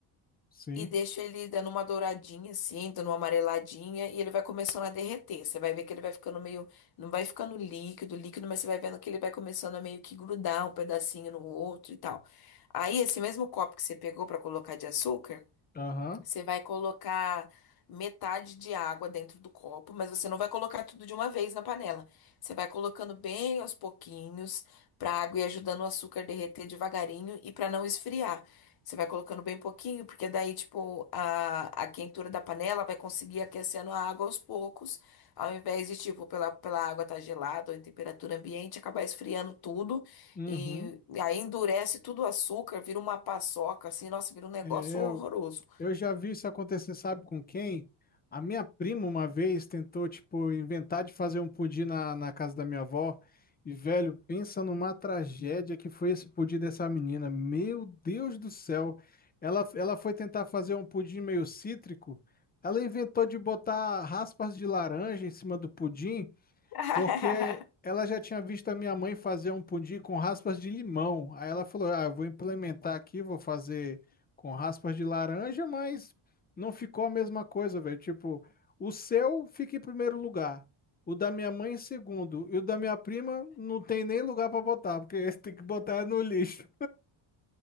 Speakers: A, on the left; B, on the left.
A: sim,
B: E deixo ele dando uma douradinha, assim, dando uma amareladinha, e ele vai começando a derreter. Você vai ver que ele vai ficando meio. Não vai ficando líquido, líquido, mas você vai vendo que ele vai começando a meio que grudar um pedacinho no outro e tal. Aí, esse mesmo copo que você pegou pra colocar de açúcar.
A: aham,
B: Você vai colocar metade de água dentro do copo, mas você não vai colocar tudo de uma vez na panela. Você vai colocando bem aos pouquinhos para a água ir ajudando o açúcar a derreter devagarinho e para não esfriar. Você vai colocando bem pouquinho, porque daí, tipo, a, a quentura da panela vai conseguir aquecendo a água aos poucos, ao invés de, tipo, pela, pela água estar gelada ou em temperatura ambiente, acabar esfriando tudo
A: uhum.
B: e, e aí endurece tudo o açúcar, vira uma paçoca, assim, nossa, vira um negócio
A: É,
B: horroroso.
A: Eu já vi isso acontecer, sabe com quem? A minha prima uma vez tentou, tipo, inventar de fazer um pudim na, na casa da minha avó. E, velho, pensa numa tragédia que foi esse pudim dessa menina. Meu Deus do céu. Ela, ela foi tentar fazer um pudim meio cítrico. Ela inventou de botar raspas de laranja em cima do pudim.
B: <laughs>
A: Porque ela já tinha visto a minha mãe fazer um pudim com raspas de limão. Aí ela falou: Ah, eu vou implementar aqui, vou fazer com raspas de laranja, mas não ficou a mesma coisa, velho. Tipo, o seu fica em primeiro lugar, o da minha mãe em segundo, e o da minha prima não tem nem lugar pra botar, porque esse tem que botar no lixo.